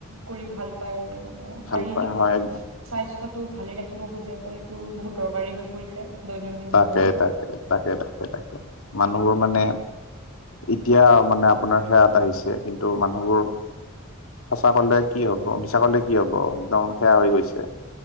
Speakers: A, on the right; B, on the left.
A: কৰি ভাল পায় মানে
B: ভাল
A: শাৰীৰিক
B: পাই হয়
A: স্বাস্থ্যতটো ভালে ৰাখিব খোজে ত' এইটো বহুত দৰকাৰী হৈ পৰিছে দৈনন্দিন
B: তাকে
A: জীৱনত।
B: তাকে তাকে তাকে তাকে মানুহবোৰ মানে এতিয়া মানে আপোনাৰ সেয়াত আহিছে কিন্তু মানুহবোৰ সঁচা কলে কি হ'ব মিছা কলে কি হ'ব একদম সেয়া হৈ গৈছে